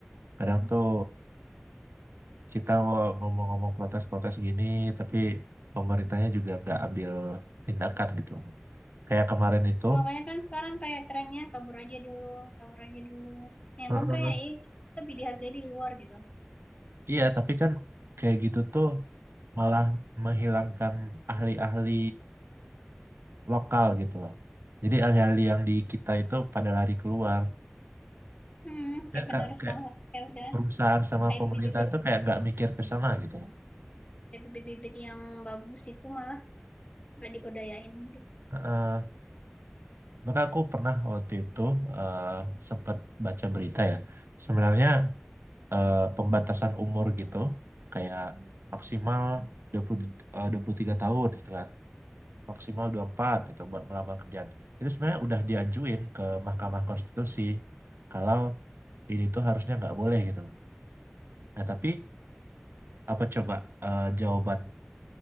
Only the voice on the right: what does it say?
kadang tuh kita ngomong-ngomong protes-protes gini, tapi pemerintahnya juga nggak ambil tindakan gitu. Kayak kemarin itu,
Heeh.
iya tapi kan kayak gitu tuh malah menghilangkan ahli-ahli lokal gitu loh. Jadi alih-alih yang di kita itu pada lari keluar,
kayak,
kayak, kayak
perusahaan sama
pemerintah
itu kayak nggak mikir ke sana gitu loh.
Heeh. maka aku pernah waktu itu eh, sempat baca berita ya. Sebenarnya eh, pembatasan umur gitu kayak maksimal 20, eh, 23 tahun gitu kan. Maksimal 24 gitu buat ngelamar kerjaan. Itu sebenarnya udah diajuin ke Mahkamah Konstitusi kalau ini tuh harusnya nggak boleh gitu loh. Nah, tapi apa coba eh, jawaban